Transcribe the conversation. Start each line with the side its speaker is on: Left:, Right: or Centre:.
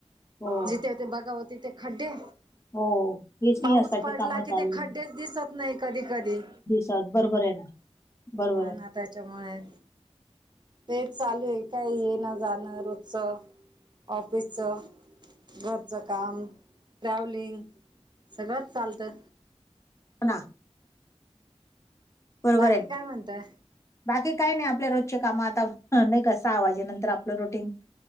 Left: हो,
Right: जिथे यते बघाव तिथे खड्डे.
Left: हो. हे सिंहस्थाची
Right: पाऊस पडला
Left: कामं
Right: कि,
Left: चालू
Right: ते
Left: आहे.
Right: खड्डेच दिसत नाही कधी कधी.
Left: बरोबरे ना. बरोबरे.
Right: हा ना त्याच्यामुळे ते चालूये. काय येण जाणं रोजच. ऑफिसच. घरचं काम, ट्रॅव्हलिंग. सगळंच चालतं.
Left: हो ना. बरोबरे
Right: बाकी
Left: ना.
Right: काय म्हणताय
Left: बाकी काय नाही आपल्या रोजच्या काम आता नाही का सा वाजे नंतर आपलं रोटीन.